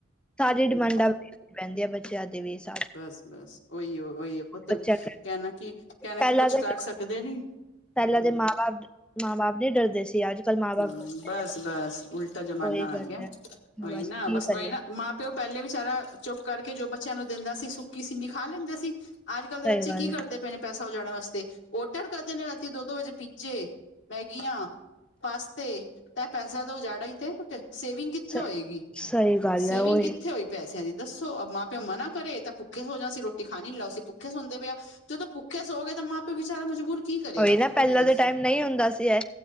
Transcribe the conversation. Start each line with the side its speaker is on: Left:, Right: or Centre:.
Centre: ਸਾਰੀਆਂ
Left: ਦੇ
Centre: ਡਿਮਾਂਡਾ ਬਹਿੰਦੇ ਆ ਬੱਚਿਆਂ ਦੀ <unintelligible>
Left: ਬਸ ਬਸ ਉਹੀ ਹੋ ਉਹੀ ਪੁੱਤਰ
Centre: ਬੱਚਿਆਂ
Left: ਕਹਿਣਾ ਕੀ ਕਹਿਣਾ
Centre: ਪਹਿਲਾਂ
Left: ਕੀ ਕੁੱਛ
Centre: ਦੇ
Left: ਕਰ ਸਕਦੇ ਨੀ
Centre: ਪਹਿਲਾਂ
Left: ਹਮ
Centre: ਦੇ ਮਾਂ ਬਾਪ ਮਾਂ ਬਾਪ ਨੀ ਡਰਦੇ ਸੀ ਅੱਜ ਕੱਲ੍ਹ ਮਾਂ ਬਾਪ
Left: ਹਮ
Centre: ਡਰਦੇ
Left: ਬਸ
Centre: ਨੇ।
Left: ਬੱਸ ਉਲਟਾ ਜਮਾਨਾ
Centre: ਉਹੀ
Left: ਆ
Centre: ਗੱਲ
Left: ਗਿਆ
Centre: ਹੈ
Left: ਉਈ
Centre: ਬਸ
Left: ਨਾ
Centre: ਕੀ
Left: ਬੱਸ ਉਈ
Centre: ਕਰੀਏ
Left: ਨਾ ਮਾਂ ਪਿਓ ਪਹਿਲੇ ਵਿਚਾਰਾ ਚੁੱਪ ਕਰਕੇ ਜੋ ਬੱਚਿਆਂ ਨੂੰ ਦਿੰਦਾ ਸੀ ਸੁੱਕੀ ਸੀਨੀ ਖਾ ਲੈਂਦੇ ਸੀ ਅੱਜ ਕੱਲ ਦੇ
Centre: ਸਹੀ
Left: ਬੱਚੇ
Centre: ਗੱਲ
Left: ਕੀ ਕਰਦੇ
Centre: ਹੈ
Left: ਪਏ ਨੇ ਪੈਸਾ ਉਜਾੜਣ ਵਾਸਤੇ ਔਡਰ ਕਰਦੇ ਨੇ ਰਾਤੀ ਦੋ ਦੋ ਵਜੇ ਪੀਜੇ ਮੈਗੀਆਂ ਪਾਸਤੇ ਤਾਂ ਪੈਸਾ ਤਾਂ ਉਜਾੜਾ ਹੀ ਤੇ ਸੇਵਿੰਗ ਕਿੱਥੇ
Centre: ਸ
Left: ਹੋਏਗੀ
Centre: ਸਹੀ ਗੱਲ
Left: ਸੇਵਿੰਗ
Centre: ਹੈ ਉਹੀ
Left: ਕਿੱਥੇ ਹੋਏ। ਪੈਸਿਆਂ ਦੀ ਦੱਸੋ ਮਾਂ ਪਿਓ ਮਨਾ ਕਰੇ ਤਾਂ ਭੁੱਖੇ ਸੋ ਜਾ ਅਸੀ ਰੋਟੀ ਖਾ ਨੀ ਲਾਓ ਅਸੀ ਭੁੱਖੇ ਸੌਦੇ ਪਏ ਆ। ਜਦੋਂ ਭੁੱਖੇ ਸੋਗੇ ਤਾਂ ਮਾਂ ਪਿਓ ਵਿਚਾਰਾ ਮਜਬੂਰ ਕੀ ਕਰੇਗਾ
Centre: ਉਹੀ ਨਾ ਪਹਿਲਾਂ
Left: ਤੁਸੀਂ ਦੱਸੋ
Centre: ਦੇ ਟਾਈਮ ਨਹੀਂ ਹੁੰਦਾ ਸੀ ਇਹ